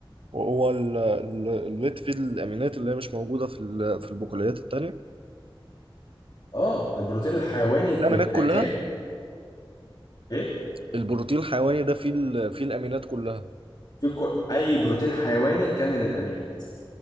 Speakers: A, on the right (about 80°); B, on the left (about 50°).
A: وهو ال... ال- البيض فيه الأمينات اللي هي مش موجودة في ال... في البقوليات التانية
B: اه البروتين الحيواني
A: الأمينات
B: بيبقى
A: كلها
B: كامل ايه
A: البروتين الحيواني ده فيه ال... فيه الأمينات كلها
B: في كو- اي بروتين حيواني كامل الامينات